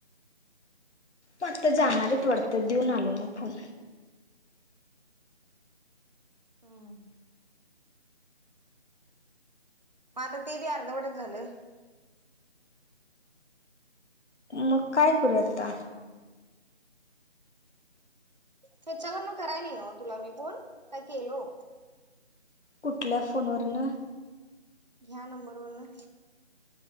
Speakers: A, on the left (about 85°); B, on the right (about 40°).
A: मता जाणारच वडत देऊन आलो मग फोन
B: हम्म मग आता ते बी अर्धवटच झालं.
A: मग काय करू आत्ता.
B: त्याच्यावर न कराय नाही ना तुला मी पण काय केलो.
A: कुठल्या फोनवरनं.
B: ह्या नंबर वरन.